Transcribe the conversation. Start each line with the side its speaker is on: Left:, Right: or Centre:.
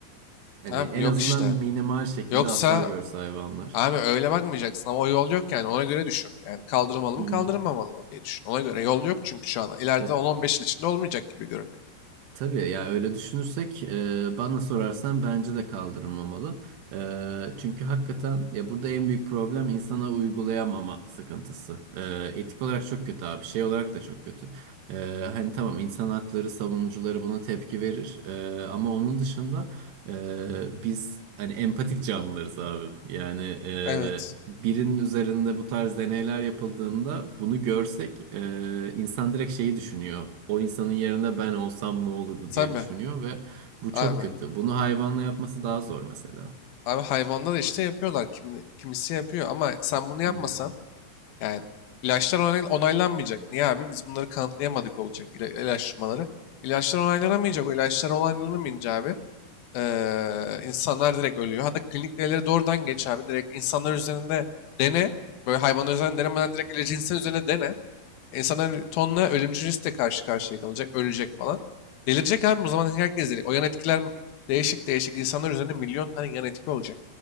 Right: e, hani
Left: Abi
Right: en
Left: yok
Right: azından
Left: işte.
Right: minimal şekilde
Left: Yoksa
Right: hasar görse hayvanlar.
Left: abi öyle bakmayacaksın ama o yol yok yani ona göre düşün. Yani kaldırılmalı
Right: Hı.
Left: mı kaldırılmamalı mı diye düşün. Ona göre yol yok çünkü şu an ileride
Right: Ya,
Left: 10-15 yıl içinde olmayacak gibi görünüyor.
Right: tabii ya öyle düşünürsek e, bana sorarsan bence de kaldırılmamalı. E, çünkü hakikaten ya burada en büyük problem insana uygulayamama sıkıntısı. E, etik olarak çok kötü abi. Şey olarak da çok kötü. E, hani tamam insan hakları savunucuları buna tepki verir. E, ama onun dışında Ee, biz hani empatik canlılarız abi. Yani e,
Left: Evet
Right: birinin üzerinde bu tarz deneyler yapıldığında bunu görsek e, insan direkt şeyi düşünüyor. O insanın yerinde ben olsam ne olurdu
Left: tabii
Right: diye düşünüyor ve bu
Left: abi.
Right: çok kötü. Bunu hayvanla yapması daha zor mesela.
Left: Abi hayvanlar işte yapıyorlar kimi, kimisi yapıyor ama sen bunu yapmasan
Right: Hı
Left: yani ilaçlar onay- onaylanmayacak. Niye abi biz bunları kanıtlayamadık olacak ila- ilaçlamaları. İlaçlar onaylanamayacak o ilaçlar onaylanamayınca abi Eee, insanlar direkt ölüyor. Hatta klinik deneyleri doğrudan geç abi. Direkt insanlar üzerinde dene. Böyle hayvanlar üzerinde denemeden direkt ilacı insan üzerine dene. İnsanlar tonla ölümcül riskle karşı karşıya kalacak. Ölecek falan. Delirecek abi. O zaman herkes deli. O yan etkiler değişik değişik insanlar üzerinde milyon tane yan etki olacak.